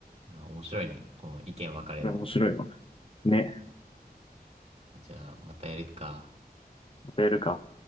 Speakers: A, on the right (about 40°); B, on the left (about 35°).
A: いや面白いね。この意見分かれんのも。
B: これ面白いわ。ね。
A: そうじゃあ、またやるか。
B: またやるか。